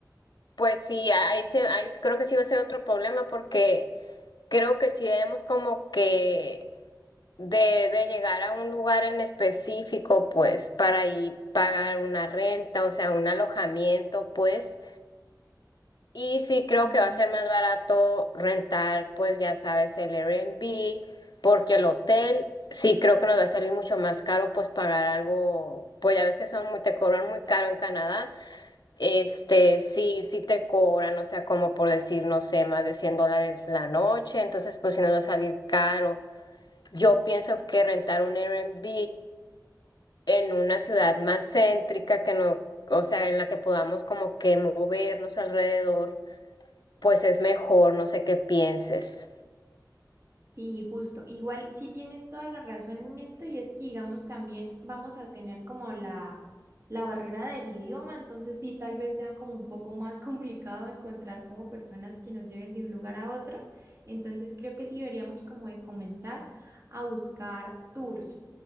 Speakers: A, on the left (about 70°); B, on the right (about 40°).
A: pues sí, ahí, se- ahí creo que sí va a ser otro problema porque creo que si debemos como que de, de llegar a un lugar en específico, pues para ir pagar una renta, o sea, un alojamiento, pues. Y sí, creo
B: mm.
A: que va a ser más barato rentar, pues ya sabes, el Airbnb, porque el hotel sí creo que nos va a salir mucho más caro, pues pagar algo, pues ya ves que son muy, te cobran muy caro en Canadá, este, sí, sí te cobran, o sea, como por decir, no sé, más de 100 dólares la noche, entonces pues sí nos va a salir caro. Yo pienso que rentar un Airbnb en una ciudad más céntrica que no, o sea, en la que podamos como que movernos alrededor pues es mejor, no sé qué pienses.
B: Sí, justo. Igual sí tienes toda la razón en esto y es que, digamos, también vamos a tener como la, la barrera del idioma, entonces sí, tal vez sea como un poco más <laughs> complicado encontrar como personas que nos lleven de un lugar a otro. Entonces creo que sí deberíamos como de comenzar a buscar tours